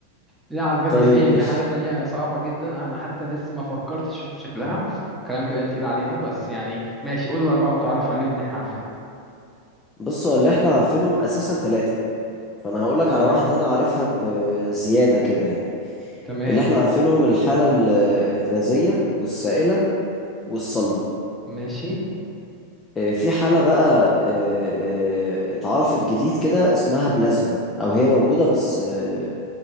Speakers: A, in the centre; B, on the left.
A: لا على فكرة
B: طيب
A: في في
B: ماشي
A: حالات تانية صعبة جدا أنا حتى لسه ما فكرتش أشوف شكلها كلام كده تقيل علينا بس يعني ماشي قول الأربعة متعرف عليهم اللي إحنا عارفينهم
B: بص هو اللي احنا عارفينهم أساسا ثلاثة فأنا هقولك
A: تمام
B: على واحدة أنا عارفها بزيادة كده يعني
A: تمام
B: اللي احنا عارفينهم الحالة ال- الغازية والسائلة والصلبة
A: ماشي
B: آه، في حالة بقى آه، آه، اتعرفت جديد كده اسمها بلازما أو هي موجودة بس آه،